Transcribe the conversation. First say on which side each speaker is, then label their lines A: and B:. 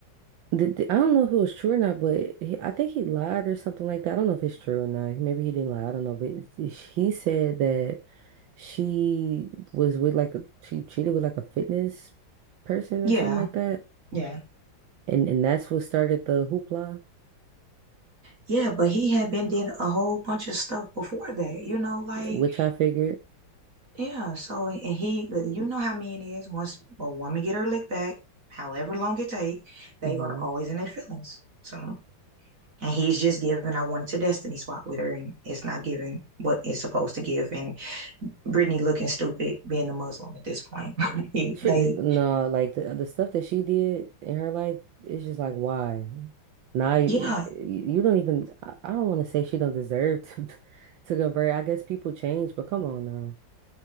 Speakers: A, on the right (about 80°); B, on the right (about 40°).
A: Did, did- I don't know if it was true or not, but he, I think he lied or something like that. I don't know if it's true or not. Maybe he didn't lie. I don't know. But he said that she was with like a, she cheated with like a fitness person
B: yeah,
A: or something like that.
B: yeah.
A: And and that's what started the hoopla,
B: Yeah, but he had been did a whole bunch of stuff before that, you know, like
A: which I figured.
B: yeah, so and he uh, you know how mean it is once a woman get her lick back, however long it take, they
A: hmm
B: are always in their feelings. So and he's just giving I wanted to destiny swap with her and it's not giving what it's supposed to give and Britney looking stupid being a Muslim at this point. <laughs>
A: Shit,
B: like,
A: no, like the, the stuff that she did in her life, it's just like, why? Now you,
B: yeah,
A: you don't even, I, I don't want to say she don't deserve to, <laughs> to go very, I guess people change, but come on now.